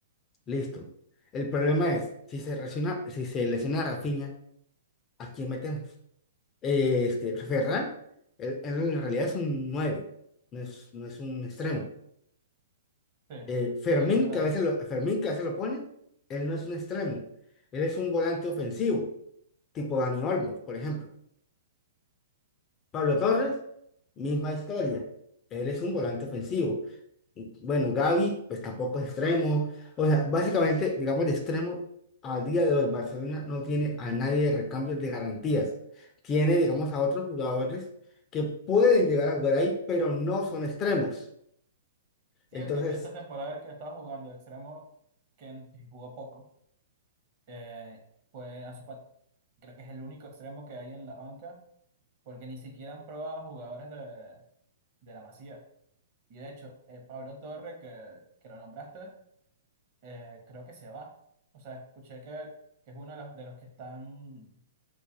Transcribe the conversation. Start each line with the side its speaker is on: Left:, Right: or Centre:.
Left: Listo. El problema es, si se lesiona, si se lesiona Rafinha, ¿a quién metemos? Este, Ferran, él- él en realidad es un 9, no es, no es un extremo.
Right: Sí,
Left: eh, Fermín,
Right: sí, es verdad.
Left: que a veces lo, Fermín, que a veces lo ponen, él no es un extremo, él es un volante ofensivo, tipo Dani Olmo, por ejemplo. Pablo Torres,
Right: Sí,
Left: misma historia, él es un volante ofensivo. Y, Bueno, Gavi, pues tampoco es extremo. O sea, básicamente, digamos, de extremo, al día de hoy, Barcelona no tiene a nadie de recambio de garantías. Tiene, digamos, a otros jugadores que pueden llegar a jugar ahí, pero no son extremos.
Right: sí,
Left: Entonces,
Right: el que, esta temporada el que estaba jugando de extremo, que en- y jugó poco, eh, fue Ansu Fati. Creo que es el único extremo que hay en la banca, porque ni siquiera han probado jugadores de, de la Masía. Y de hecho, eh, Pablo Torre, que, que lo nombraste, eh, creo que se va. O sea, escuché que, que es uno de los, de los que están.